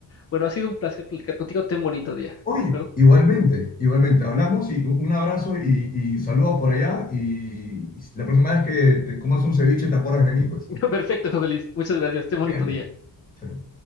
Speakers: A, on the left; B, on the left.
A: Bueno, ha sido un placer platicar contigo. Ten bonito día,
B: Oye,
A: ¿de acuerdo?
B: igualmente, igualmente, hablamos y un un abrazo y, y saludos por allá y la próxima vez que te comas un ceviche te acuerdas de mí, pues.
A: <laughs> Perfecto, José Luis. Muchas gracias. Ten bonito
B: Cuídate.
A: día.
B: Chao.